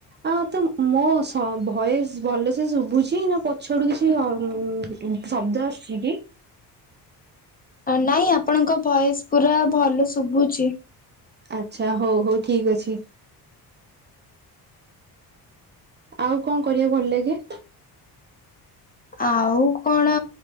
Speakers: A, on the right; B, on the left.
A: ଆ ତ ମୋ ସ ଭୟସ ଭଲସେ ଶୁଭୁଛି ନା ପଛଆଡୁ କିଛି ଶବ୍ଦ ଆସୁଛି କି?
B: ନାଇଁ ଆପଣଙ୍କ ଭୟସ ପୁରା ଭଲ ଶୁଭୁଛି।
A: ଆଚ୍ଛା ହଉ ହଉ ଠିକ ଅଛି। ଆଉ କଣ କରିବାକୁ ଭଲ ଲାଗେ?
B: ଆଉ କଣ